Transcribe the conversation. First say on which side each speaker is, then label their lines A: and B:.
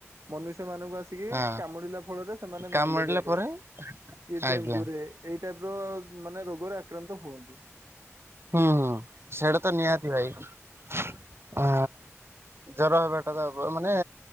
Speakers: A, on the right (about 65°); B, on the right (about 50°).
A: ମନୁଷ୍ୟ ମାନଙ୍କୁ ଆସିକି
B: ହଁ
A: କାମୁଡିଲା ଫ ଫଳରେ ସେମାନେ
B: କାମୁଡ଼ିଲେ
A: ମ୍ୟାଲେରିଆ
B: ପରେ
A: କି
B: ଆଜ୍ଞା
A: ଡେଙ୍ଗୁ ରେ ଏ ଏଇ ଟାଇପ୍ ର ମାନେ ରୋଗରେ ଆକ୍ରାନ୍ତ ହୁଅନ୍ତି।
B: ହଁ, ହଁ ସେଇଟା ତ ନିହାତି ଭାଇ ଅ,।
A: ହଁ
B: ଜର ହେବାଟା ତ ହବ, ମାନେ